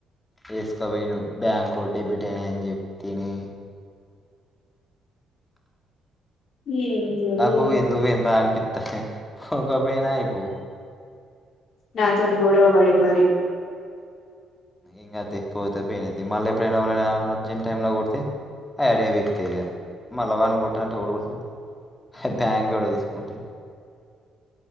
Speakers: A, on the left; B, on the left.
A: వేసుకపోయిను బ్యాంకు డెబిట్ అనా అని చెప్పి తిని
B: ఏందో
A: నాకు
B: ఏమో
A: ఎందుకు ఇంత అనిపిిచ్ పోక పోయినా అయిపో
B: నాతోని గోడవా పడి మరి
A: ఇంకా తెప్పిపోతే పెయినది మళ్ళీ ఎప్పుడైనా వాళ్ళ అర్జెంట్ టై లో కొడితే అవి అడి బికుతా ఇక మళ్ళా వాని కొట్ట అంటే ఎ కుతు బ్యాంక్ ఎవడో తీసుకుంటే